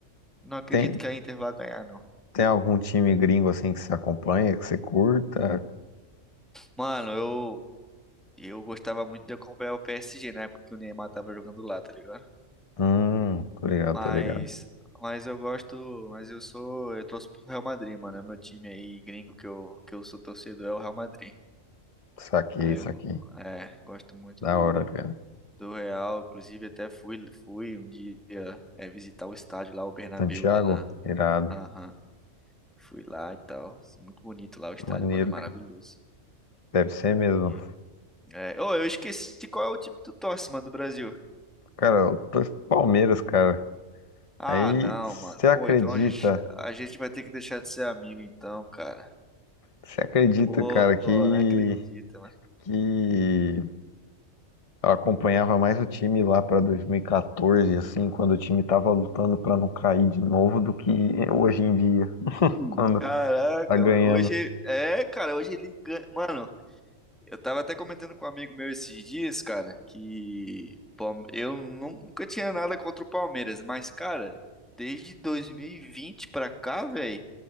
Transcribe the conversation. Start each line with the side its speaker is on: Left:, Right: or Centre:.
Centre: não acredito
Left: Tem,
Centre: que a Inter vá ganhar, não.
Left: tem algum time gringo assim que você acompanha, que você curta?
Centre: Mano, eu, eu gostava muito de acompanhar o PSG na época que o Neymar tava jogando lá, tá ligado?
Left: Hum, tô ligado,
Centre: Mas,
Left: tô ligado.
Centre: mas eu gosto, mas eu sou, eu torço pro Real Madrid, mano. É meu time aí gringo que eu, que eu sou torcedor é o Real Madrid.
Left: Saquei,
Centre: Aí
Left: saquei.
Centre: eu, é, gosto muito
Left: Da
Centre: do,
Left: hora, cara.
Centre: do Real. Inclusive até fui, fui um dia é, visitar o estádio lá, o Bernabéu
Left: Santiago,
Centre: lá na,
Left: irado.
Centre: aham, fui lá e tal. Muito bonito lá o estádio,
Left: Maneiro,
Centre: mano, é maravilhoso.
Left: cara. Deve ser mesmo.
Centre: E, é, ô, eu esqueci qual é o time que tu torce, mano, do Brasil.
Left: Cara, eu torço pro Palmeiras, cara.
Centre: Ah,
Left: Aí,
Centre: não,
Left: você
Centre: mano.
Left: acredita,
Centre: Pô, então a gente, a gente vai ter que deixar de ser amigo, então, cara.
Left: você acredita,
Centre: Pô,
Left: cara, que,
Centre: não acredito,
Left: que Eu acompanhava mais o time lá para 2014, assim, quando o time tava lutando para não cair de novo, do que hoje em dia,
Centre: mano.
Left: quando
Centre: Caraca,
Left: tá ganhando.
Centre: mano. Hoje, é, cara, hoje ele ganha. Mano, eu tava até comentando com um amigo meu esses dias, cara, que o Palme- eu nu- nunca tinha nada contra o Palmeiras, mas, cara, desde 2020 pra cá, velho,